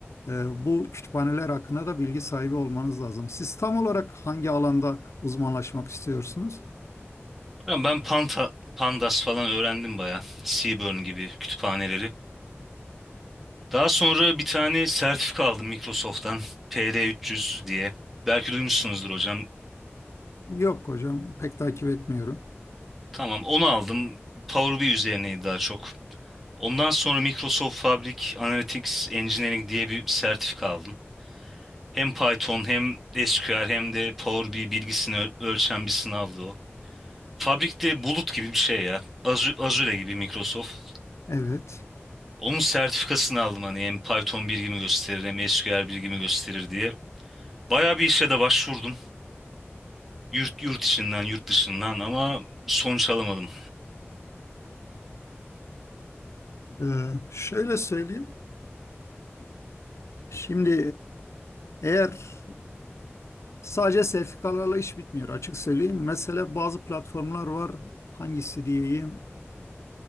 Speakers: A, on the left (about 85°); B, in the centre.
A: E, bu kütüphaneler hakkında da bilgi sahibi olmanız lazım. Siz tam olarak hangi alanda uzmanlaşmak istiyorsunuz?
B: Ya Ben Panta, Pandas falan öğrendim bayağı. Seaborn gibi kütüphaneleri. Daha sonra bir tane sertifika aldım Microsoft'tan. PL300 diye. Belki duymuşsunuzdur hocam.
A: Yok hocam, pek takip etmiyorum.
B: Tamam onu aldım. Power BI üzerineydi daha çok. Ondan sonra Microsoft Fabric Analytics Engineering diye bir sertifika aldım. Hem Python hem SQL hem de Power BI bilgisini öl- ölçen bir sınavdı o. Fabrik'te bulut gibi bir şey ya. Azu- Azure gibi Microsoft.
A: Evet.
B: Onun sertifikasını aldım hani hem Python bilgimi gösterir hem SQL bilgimi gösterir diye. Bayağı bir işe de başvurdum. Yurt, yurt içinden, yurt dışından ama sonuç alamadım.
A: Ee, şöyle söyleyeyim. Şimdi e, eğer sadece sertifikalarla iş bitmiyor açık söyleyeyim. Mesela bazı platformlar var. Hangisi diyeyim?